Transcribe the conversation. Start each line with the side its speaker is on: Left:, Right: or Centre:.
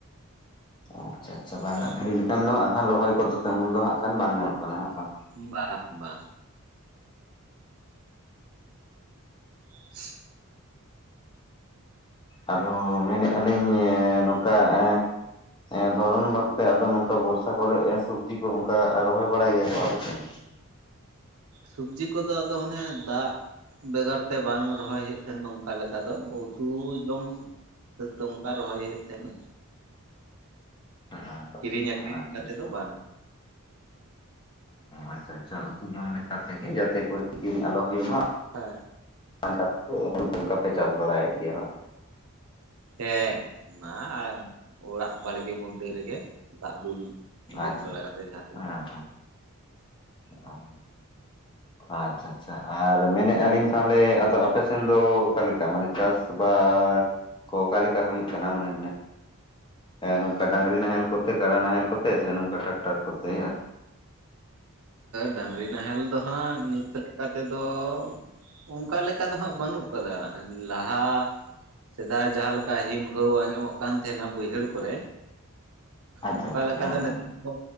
Left: ᱚ ᱟᱪᱪᱷᱟ ᱟᱪᱪᱷᱟ ᱵᱟᱭ
Right: ᱦᱮᱸ
Left: ᱫᱟᱜ ᱡᱟᱲᱤ ᱠᱷᱟᱱ ᱫᱚ ᱦᱟᱜ ᱠᱷᱟᱱ ᱨᱚᱦᱚᱭ ᱠᱚᱫᱚ ᱛᱮᱢᱚᱱ ᱫᱚ ᱦᱟᱸᱜ ᱠᱷᱟᱱ ᱵᱟᱝ ᱜᱟᱱᱚᱜ ᱠᱟᱱᱟ ᱦᱟᱜ ᱵᱟᱝ
Right: ᱵᱟᱝ ᱵᱟᱝ <inaudible>
Left: ᱟᱫᱚ ᱢᱮᱱᱮᱫ-ᱟ ᱞᱤᱧ ᱱᱚᱝᱠᱟ ᱮᱸ ᱫᱷᱚᱨᱚᱱ ᱵᱟᱫᱛᱮ ᱱᱚᱝᱠᱟ ᱵᱚᱨᱥᱟ ᱠᱚᱨᱮ ᱥᱚᱵᱡᱤ ᱠᱚ ᱚᱝᱠᱟ ᱨᱚᱦᱚᱭ ᱵᱟᱲᱟᱭ ᱜᱮᱭᱟ ᱠᱚ ᱟᱯᱮᱥᱮᱱ
Right: ᱥᱚᱵᱡᱤ ᱠᱚᱫᱚ ᱟᱫᱚ ᱦᱟᱱᱮ ᱫᱟᱜ ᱵᱮᱜᱟᱨ ᱛᱮ ᱵᱟᱝ ᱨᱚᱦᱚᱭ ᱦᱩᱭᱩᱜ ᱛᱟᱦᱮᱱᱟ ᱚᱱᱠᱟ ᱞᱮᱠᱟ ᱫᱚ ᱩᱛᱩ ᱡᱚᱢ ᱥᱚᱫᱚᱢ ᱚᱱᱠᱟ ᱨᱚᱦᱚᱭ ᱦᱩᱭᱩᱜ ᱛᱟᱦᱮᱱᱟ
Left: ᱟᱪᱪᱷᱟ
Right: ᱠᱤᱨᱤᱧ ᱟᱠᱷᱨᱤᱧ
Left: ᱟᱪᱪᱷᱟ
Right: ᱠᱟᱛᱮ ᱫᱚ ᱵᱟᱝ
Left: ᱟᱪᱪᱷᱟ ᱟᱪᱪᱷᱟ ᱩᱛᱩ ᱡᱚᱢ ᱞᱮᱠᱟ ᱛᱮᱜᱮ ᱡᱟᱛᱮ ᱠᱤᱨᱤᱧ ᱟᱞᱚ ᱦᱩᱭᱩᱜ ᱢᱟ
Right: ᱦᱮᱸ
Left: ᱚᱱᱠᱟ ᱩᱛᱩ ᱞᱮᱠᱟᱯᱮ ᱪᱟᱥ ᱵᱟᱲᱟᱭᱮᱫ ᱜᱮᱭᱟ
Right: ᱦᱮᱸ ᱚᱱᱟ ᱚᱲᱟᱜ ᱵᱟᱲᱜᱮ ᱢᱚᱫᱽᱫᱷᱮ ᱨᱮᱜᱮ ᱫᱟᱜ ᱫᱩᱞ ᱫᱩᱞ
Left: ᱟᱪᱷᱟ
Right: ᱵᱟᱲᱟ ᱠᱟᱛᱮᱫ ᱡᱟᱦᱟᱸ
Left: ᱦᱮᱸ ᱦᱮᱸ ᱟᱪᱪᱷᱟ ᱟᱪᱪᱷᱟ ᱟᱨ ᱢᱮᱱᱮᱫᱼᱟ ᱞᱤᱧ ᱛᱟᱦᱚᱞᱮ ᱟᱫᱚ ᱟᱯᱮᱥᱮᱱ ᱫᱚ ᱚᱠᱟᱞᱮᱠᱟ ᱢᱟᱱᱮ ᱪᱟᱥ ᱵᱟᱥ ᱠᱚ ᱚᱠᱟ ᱞᱮᱠᱟ ᱦᱩᱭᱩᱜ ᱠᱟᱱᱟ ᱢᱟᱱᱮ ᱦᱮᱸ ᱱᱚᱝᱠᱟ ᱰᱟᱝᱨᱤ ᱱᱟᱦᱮᱞ ᱠᱚᱛᱮ ᱠᱟᱰᱟ ᱱᱟᱦᱮᱞ ᱠᱚᱛᱮ ᱥᱮ ᱱᱚᱝᱠᱟ ᱴᱨᱟᱠᱴᱟᱨ ᱠᱚᱛᱮ
Right: ᱰᱟᱝᱨᱤ ᱱᱟᱦᱮᱞ ᱫᱚ ᱦᱟᱸᱜ ᱱᱤᱛ ᱞᱮᱠᱟ ᱛᱮᱫᱚ ᱚᱱᱠᱟ ᱞᱮᱠᱟ ᱫᱚ ᱦᱟᱸᱜ ᱵᱟᱹᱱᱩᱜ ᱟᱠᱟᱫᱟ ᱞᱟᱦᱟ ᱥᱮᱫᱟᱭ ᱡᱟᱦᱟᱸ ᱞᱮᱠᱟ ᱦᱤᱢ ᱦᱟᱹᱣ ᱟᱸᱡᱚᱢᱚᱜ ᱠᱟᱱ ᱛᱟᱦᱮᱱᱟ ᱵᱟᱹᱭᱦᱟᱹᱲ ᱠᱚᱨᱮ
Left: ᱟᱪᱪᱷᱟ
Right: ᱚᱱᱠᱟ
Left: ᱟᱪᱪᱷᱟ
Right: ᱞᱮᱠᱟ
Left: ᱦᱮᱸ
Right: ᱫᱚ ᱱᱤᱛ ᱫᱚ